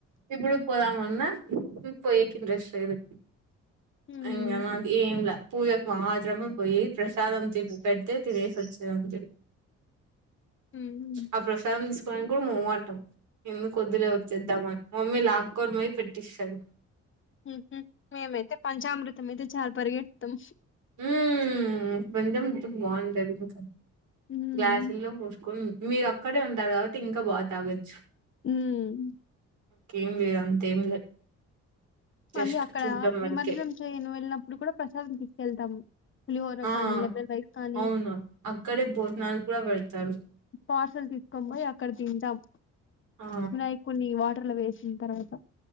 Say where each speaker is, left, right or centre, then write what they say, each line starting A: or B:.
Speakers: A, on the right; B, on the left.
A: ఇప్పుడు పోదామన్నా పోయేకి ఇంట్రెస్ట్ లేదు
B: హ్మ్.
A: ఇంగా నాది ఏం లే పూజకు మాత్రమ పోయి ప్రసాదం తిని పెడితే తినేసి వచ్చేదని
B: హ్మ్.
A: ఆ ప్రశాంత స్వయంకూడ మోహమాటం ఎందుకొద్దులే వచ్చేద్దామని మమ్మీ లాక్కోనీ పోయి పెట్టిస్తాది
B: ఉహూ మేమైతే పంచామృతం అయితే చాలా పరిగెడుతాం
A: ఉమ్ కొంచం ఇ బాగుంటది ఇంకా
B: హ్మ్.
A: గ్లాసుల్లో పోసుకొని మీరు అక్కడే ఉంటారు కాబట్టి ఇంకా బాగా తాగచ్చు
B: ఉమ్
A: కేం లేదు అంతేం లేదు జస్ట్
B: మళ్ళీ అక్కడ
A: చూడడం వరకే
B: నిమజ్జనం చేయని వెళ్ళినప్పుడు కూడా ప్రసాదం తీసుకెళ్తాము పులిహోర
A: ఆ
B: కానీ లెమన్ రైస్ కానీ
A: అవును అక్కడే భోజనాలు కూడా పెడతారు
B: పార్సల్ తీసుకొ పోయి అక్కడ తింటాం
A: ఆ
B: మనయి కొన్ని వ టర్ లో వేసిన తర్వాత